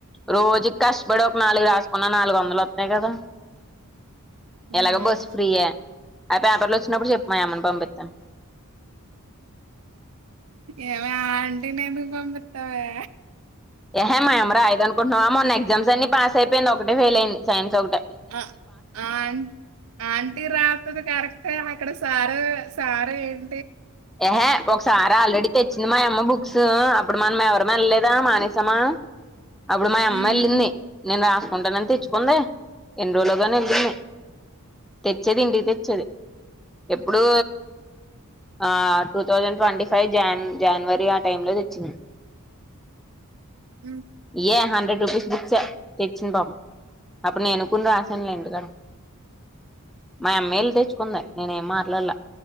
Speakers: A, in the centre; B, on the right (about 70°).
A: రోజుకి కష్టపడి ఒక నాలుగు రాసుకున్న నాలుగు వందలు వత్తాయ్ కదా
B: ఉమ్,
A: ఎలాగొ
B: ఉమ్.
A: బస్ ఫ్రీ ఎ ఒ పేపర్లొచ్చినప్పుడు జెప్పు మా యమ్మని పంపిత్తాన్
B: ఏమే ఆ ఆంటి నెందుకు పంపిత్తొవే.
A: ఏహే మా యమ్మ రాయదు అనుకుంటున్నావ మొన్న ఎగ్జామ్స్ అన్ని పాస్ అయిపోయింది ఒకటే ఫెయిల్ అయింది సైన్స్ ఒగ
B: ఆ ఆన్ ఆ ఆంటీ రాత్తది కరెక్టే అక్కడ సారు సారే ఎం
A: యహే ఒకసారి ఆల్రెడీ తెచ్చింది మా యమ్మ బుక్సు అబ్బుడు మా ఎవరమెళ్ళలేదా మానేసమా అబ్బుడు మా
B: హ్మ్
A: అమ్మ ఎళ్ళింది నేన్ రాస్ కుంటనని తెచ్చుకుంది ఎన్ని రోజులుగానే ఎళ్ళింది. తెచ్చేది ఇంటికి తెచ్చేది ఎప్పుడూ ఆ two thousand twenty five John January ఆ టైం లో దెచ్చింది
B: హ్మ్
A: ఇఏ ఆ హండ్రెడ్ రూపీస్ బిక్సే తెచ్చింది పాపమ్ అప్పుడు నేనుకూన రాశానులే మా యమ్మేఎళ్ళి తెచ్చుకుంది నేనేం మాట్లాల్ల